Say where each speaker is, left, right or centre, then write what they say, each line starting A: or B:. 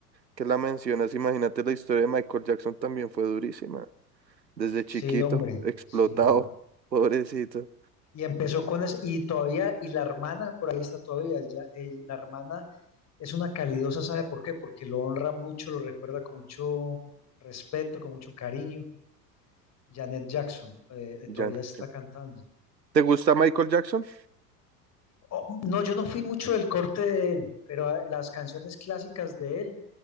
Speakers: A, on the right; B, on the left.
A: que la mencionas, imagínate la historia de Michael Jackson también fue durísima. Desde chiquito,
B: Sí, hombre,
A: explotado,
B: sí, hombre.
A: <laughs> pobrecito.
B: Y empezó con eso, y todavía, y la hermana por ahí está todavía, ya, eh, la hermana es una calidosa, ¿sabe por qué? Porque lo honra mucho, lo recuerda con mucho respeto, con mucho cariño. Janet Jackson eh,
A: Ya
B: todavía
A: no,
B: está
A: ya no.
B: cantando.
A: ¿Te gusta Michael Jackson?
B: Oh, no, yo no fui mucho del corte de él, pero eh, las canciones clásicas de él,